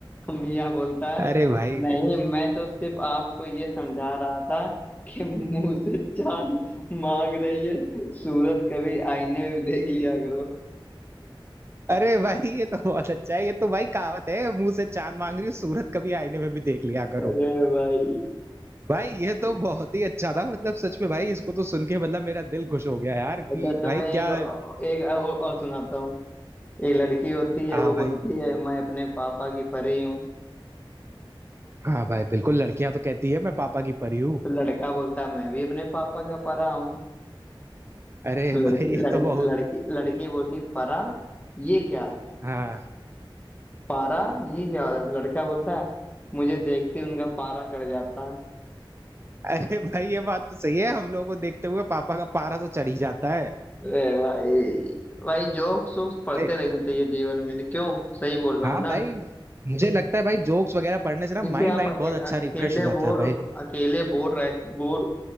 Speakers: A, on the left; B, on the right.
A: तो मियाँ बोलता है
B: अरे भाई
A: नहीं मैं तो सिर्फ आपको ये समझा रहा था कि मुंह से चांद मांग रही है सूरत कभी आईने में भी देख लिया करो
B: अरे भाई ये तो बहुत अच्छा है ये तो भाई कहावत है मुंह से चांद मांग रही हो, सूरत कभी आईने में भी देख लिया करो
A: अरे भाई
B: भाई ये तो बहुत ही अच्छा था मतलब सच में भाई इसको तो सुन के मतलब मेरा दिल खुश हो गया यार
A: अच्छा
B: कि
A: तुम्हें
B: भाई क्या
A: एक एक और और सुनाता हूँ एक लड़की होती है
B: हाँ
A: वो बोलती
B: भाई
A: है मैं अपने पापा की परी हूँ
B: हाँ भाई बिल्कुल लड़कियां तो कहती है मैं पापा की परी हूँ
A: तो लड़का बोलता है मैं भी अपने पापा का परा हूँ
B: अरे
A: तो लड़की
B: भाई ये
A: लड़की
B: तो बहुत
A: लड़की लड़की बोलती परा ये क्या है
B: हाँ
A: पारा ये क्या है लड़का बोलता है मुझे देखते ही उनका पारा चढ़ जाता है
B: अरे भाई ये बात तो सही है हम लोगों को देखते हुए पापा का पारा तो चढ़ ही जाता है
A: ए भाई भाई जोक सोक्स पढ़ते
B: भाई
A: रहने चाहिए जीवन में क्यों सही बोल रहा
B: हाँ
A: हूँ ना
B: भाई मुझे लगता है भाई जोक्स वगैरह पढ़ने से ना
A: इसे
B: माइंड
A: आप
B: वाइंड
A: अके,
B: बहुत अच्छा
A: अ- अकेले
B: रिफ्रेश हो जाता
A: बोर
B: है भाई
A: अकेले बोर रहे बोर